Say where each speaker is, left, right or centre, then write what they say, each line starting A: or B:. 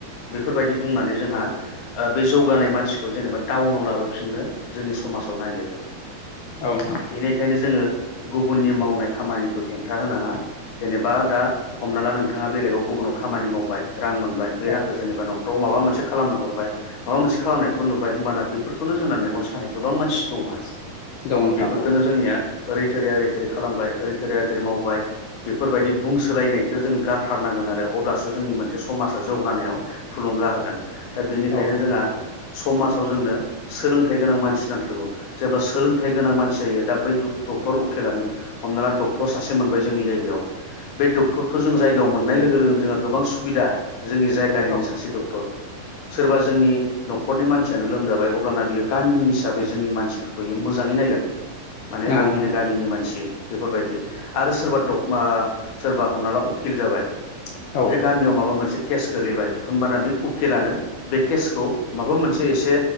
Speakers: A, on the left (about 45°); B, on the left (about 70°).
A: बेफोरबायदि बुंनानै जोंहा बे ओ जौगानाय मानसिखौ जेनेबा डाउनाव लाबोफिननो जोंनि समाजाव नागिरो।
B: औ नोंथां
A: बेनिखायनो जोङो गुबुननि मावनाय खामानिखौ हेंथा होनाङा। जेनेबा दा हमना ला नोंथाङा बेलेगाव गुबुनाव खामानि माव बाय रां मोनबाय बे रांखौ
B: औ
A: जेनेबा न'खराव माबा मोनसे खालामनो हरबाय माबा मोनसे खालामनायखौबो नुबाय होमबाना बेफोरखौनो जोंना मेगन गोबां मानसि दं आरो।
B: दङ नोंथां
A: बेफोरखौननो
B: औ
A: जोंनिया ओरै थै ओै थोरै खालामबाय ओरै थोरैया ओरै मावबाय बेफोरबायदि बुंसोलायनायखौ जोङो गारथारनांगोन आरो अब्लासो जोंनि मोनसे समाजा जौगानायाव थुलुंगा होगोन। दा बेनिखायनो
B: औ
A: जोंहा समाजाव जोंनो सोलों थाइ गोनां मानसि नांथारगौ। जेब्ला सोलों थाइ गोनां मानसि जायो। दा बै दुख' डक्टर उकिलानो हमना ला डक्टर सासे मोनबाय जोंनि जायगायाव बे डक्टरखौ जों जायगायाव मोननाय लोगो लोगोनो जोंहा गोबां सुबिदा। जोंनि जायगानिनो
B: औ
A: सासे डक्टर। सोरबा जोंनि नखरनि मानसियानो लोमजाबाय अब्लाना बियो गामिनि हिसाबै जोंनि मानसिफोरखौ बियो मोजाङै नायगोन। माने
B: नंगौ
A: आंनिनो
B: नोंथां
A: गामिनि मानसि बेफोरबायदि। आरो सोरबा डक मा सोरबा हमना ला उखिल जाबाय
B: औ
A: बे गामियाव माबा मोनसे केस' गोलैबाय होनबाना बे उकिलानो बे केसखौ माबा मोनसे एसे